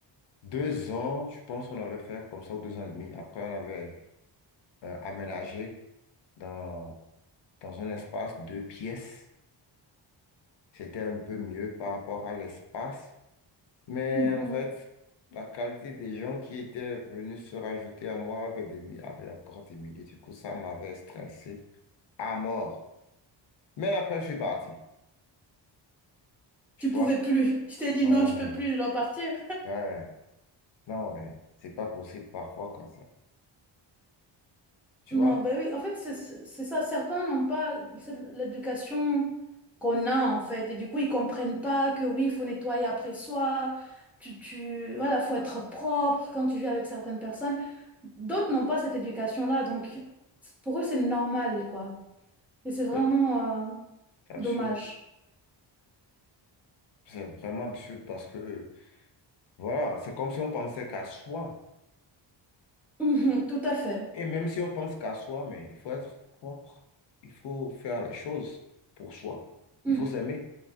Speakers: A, on the left; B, in the centre.
A: deux ans, je pense qu'on avait fait comme ça, ou deux ans et demi. Après, on avait euh, aménagé dans, dans un espace de pièces. C'était un peu mieux par rapport à l'espace Mais
B: Mhm.
A: en fait, la qualité des gens qui étaient venus se rajouter à moi avait, des, mi- avait encore diminué. Du coup, ça m'avait stressé à mort. Mais après, je suis parti. Tu
B: Tu
A: vois?
B: pouvais plus. Tu t'es dit,
A: Ouais,
B: non, je peux plus, je dois partir.
A: ouais. Non, mais c'est pas possible parfois comme ça. Tu
B: Non,
A: vois?
B: ben oui, en fait, c'est c'est- c'est ça. Certains n'ont pas cette- l'éducation qu'on a, en fait. Et du coup, ils comprennent pas que oui, il faut nettoyer après soi. Tu, tu, voilà, faut être propre quand tu vis avec certaines personnes. D'autres n'ont pas cette éducation-là. Donc, pour eux, c'est normal, quoi. Et c'est vraiment
A: C'est
B: euh,
A: c'est absurde.
B: dommage. <laughs>
A: C'est vraiment absurde parce que, voilà, c'est comme si on pensait qu'à soi.
B: Mhm,
A: Et
B: tout à fait.
A: et même si on pense qu'à soi, mais il faut être propre. Il faut faire la chose pour soi.
B: Mhm.
A: Il faut s'aimer